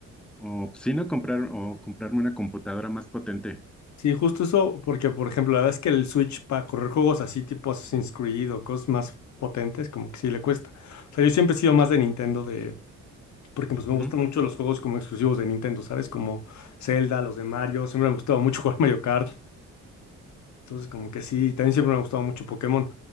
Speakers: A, in the centre; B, on the left (about 65°).
A: o si no comprar o comprarme una computadora más potente.
B: Sí, justo eso, porque por ejemplo, la verdad es que el Switch para correr juegos así tipo Assassin's Creed o cosas más potentes, como que sí le cuesta. O sea, yo siempre he sido más de Nintendo, de. Porque pues me
A: Ujú.
B: gustan mucho los juegos como exclusivos de Nintendo, ¿sabes? Como Zelda, los de Mario, siempre me ha gustado mucho <laughs> jugar Mario Kart. Entonces, como que sí, también siempre me ha gustado mucho Pokémon.